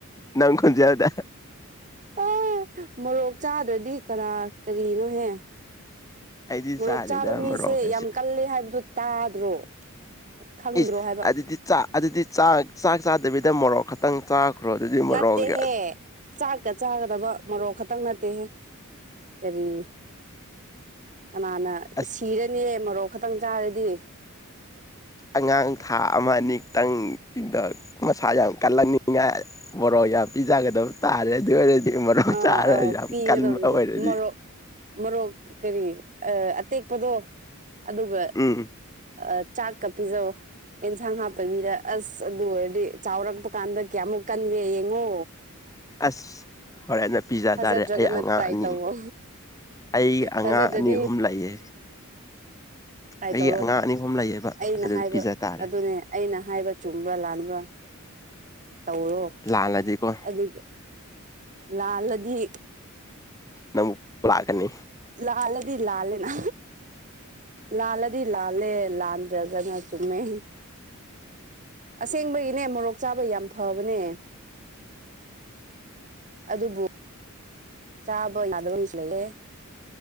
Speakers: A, on the left; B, on the right.
A: ꯅꯪ ꯈꯣꯟꯖꯦꯜꯗ
B: ꯍ ꯃꯣꯔꯣꯛ ꯆꯥꯗ꯭ꯔꯗꯤ ꯀꯅꯥ ꯀꯔꯤꯅꯣꯍꯦ
A: ꯑꯩꯗꯤ
B: ꯃꯣꯔꯣꯛ
A: ꯆꯥꯗꯦꯗ
B: ꯆꯥꯕ ꯃꯤꯁꯦ
A: ꯃꯣꯔꯣꯛꯀꯁꯦ
B: ꯌꯥꯝ ꯀꯜꯂꯦ ꯍꯥꯏꯕꯗꯨ ꯇꯥꯗ꯭ꯔꯣ ꯈꯪꯗ꯭ꯔꯣ
A: ꯏꯁ
B: ꯍꯥꯏꯕ
A: ꯑꯗꯨꯗꯤ ꯆꯥꯛ ꯑꯗꯨꯗꯤ ꯆꯥꯛ ꯆꯥꯛ ꯆꯥꯗꯕꯤꯗ ꯃꯣꯔꯣꯛ ꯈꯛꯇꯪ ꯆꯥꯈ꯭ꯔꯣ ꯑꯗꯨꯗꯤ ꯃꯣꯔꯣꯛꯒ
B: ꯅꯠꯇꯦꯍꯦ ꯆꯥꯛꯀ ꯆꯥꯒꯗꯕ ꯃꯣꯔꯣꯛ ꯈꯛꯇꯪ ꯅꯠꯇꯦꯍꯦ ꯀꯔꯤ ꯀꯅꯥꯅ
A: ꯑꯁ
B: ꯁꯤꯔꯅꯤ ꯃꯔꯣꯛ ꯈꯇꯪ ꯆꯥꯔꯗꯤ ꯑꯩꯗꯤ
A: ꯑꯉꯥꯡ ꯊꯥ ꯑꯃ ꯑꯅꯤꯛꯇꯪꯗ ꯃꯁꯥ ꯌꯥꯝ ꯀꯜꯂꯛꯅꯤꯡꯉꯥꯏ ꯃꯣꯔꯣꯛ ꯄꯤꯖꯒꯗꯕ ꯇꯥꯔꯦꯑꯗꯨ ꯑꯣꯏꯔꯗꯤ ꯃꯣꯔꯣꯛ
B: ꯑꯥ
A: ꯆꯥꯔ
B: ꯑꯥ
A: ꯌꯥꯝ
B: ꯄꯤꯒꯗꯕꯗꯤ
A: ꯀꯟꯕ ꯑꯣꯏꯔꯗꯤ
B: ꯃꯔꯣꯔꯣꯛ ꯃꯔꯣꯔꯣꯛ ꯀꯔꯤ ꯑꯇꯦꯛꯄꯗꯣ ꯑꯗꯨꯒ
A: ꯎꯝ
B: ꯑ ꯆꯥꯛ ꯀ ꯄꯤꯖꯧ ꯑꯦꯟꯁꯥꯡ ꯍꯥꯞꯄ ꯃꯤꯗ ꯑꯁ ꯑꯗꯨ ꯑꯣꯏꯔꯗꯤ ꯆꯥꯎꯔꯛꯄ ꯀꯥꯟꯗ ꯀꯌꯥꯃꯨꯛ ꯀꯟꯒꯦ ꯌꯦꯡꯉꯣ
A: ꯑꯁ ꯍꯣꯔꯦꯟꯅ ꯄꯤꯖꯥ
B: ꯊꯥꯖꯗ꯭ꯔꯒꯅ
A: ꯇꯥꯔꯦ ꯑꯩ ꯑꯉꯥꯡ
B: ꯇ꯭ꯔꯥꯏ
A: ꯑꯅꯤ
B: ꯇꯧꯋꯣ
A: ꯑꯩ ꯑꯉꯥꯡ
B: ꯊꯥꯖꯗ꯭ꯔꯗꯤ
A: ꯑꯅꯤ ꯑꯍꯨꯝ ꯂꯩꯌꯦ
B: ꯇꯥꯏ
A: ꯑꯩꯒꯤ
B: ꯇꯧꯔꯣ
A: ꯑꯉꯥꯡ ꯑꯅꯤ ꯑꯍꯨꯝ ꯂꯩꯌꯦꯕ
B: ꯑꯩꯅ
A: ꯑꯗꯨ
B: ꯍꯥꯏꯕ
A: ꯄꯤꯖ ꯇꯥꯔꯦ
B: ꯑꯗꯨꯅꯦ ꯑꯩꯅ ꯍꯥꯏꯕ ꯆꯨꯝꯕ꯭ꯔꯥ ꯂꯥꯟꯕ꯭ꯔꯥ ꯇꯧꯔꯣ
A: ꯂꯥꯜꯂꯗꯤꯀꯣ
B: ꯑꯗꯨꯒ ꯂꯥꯜꯗꯤ
A: ꯅꯝ ꯂꯥꯛꯀꯅꯤ
B: ꯂꯥꯂꯗꯤ ꯂꯥꯂꯦꯅ ꯂꯥꯜꯂꯗꯤ ꯂꯥꯜꯂꯦ ꯂꯥꯟꯗ꯭ꯔꯒꯅ ꯆꯨꯝꯃꯦ ꯑꯁꯦꯡꯕꯒꯤꯅꯦ ꯃꯣꯔꯣꯛ ꯆꯥꯕ ꯌꯥꯝ ꯐꯕ ꯅꯦ ꯑꯗꯨꯕꯨ ꯆꯥꯕ ꯌꯥꯗꯕꯅꯤꯁꯨ ꯂꯩꯍꯦ